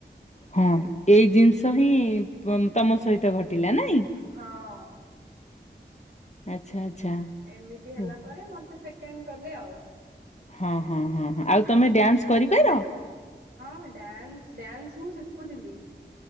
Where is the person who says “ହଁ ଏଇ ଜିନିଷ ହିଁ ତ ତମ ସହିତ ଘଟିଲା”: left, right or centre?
Left